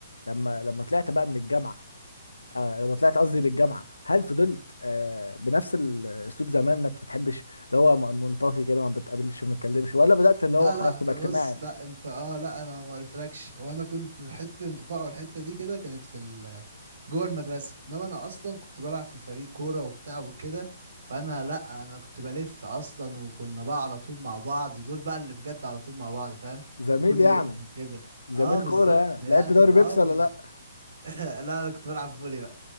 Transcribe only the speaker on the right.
لا
لا
بص لا انت اه لا انا ما قلتلكش هو انا كنت حتة الانتفاع والحتة دي كده كانت في ال جوه المدرسة انما انا اصلا كنت بلعب في فريق كورة وبتاع وكده فانا لا انا كنت بلف اصلا وكنا بقى على طول مع بعض دول بقى اللي بجد على طول مع بعض فاهم
كل
يوم وكده
اه بالظبط
يعني
اه
<laughs> لا انا كنت بلعب فولي بقى